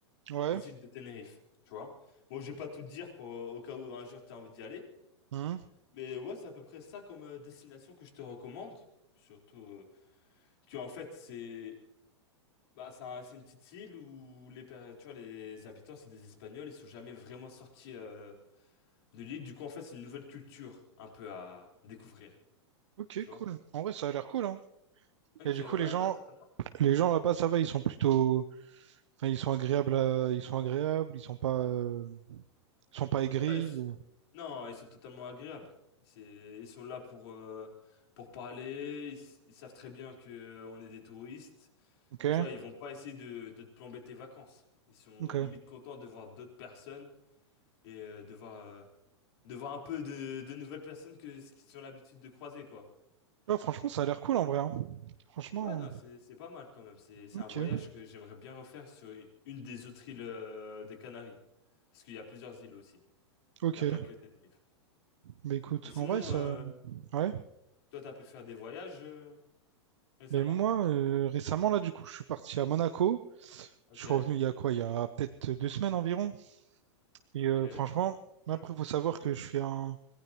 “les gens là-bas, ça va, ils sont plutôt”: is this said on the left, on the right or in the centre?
Right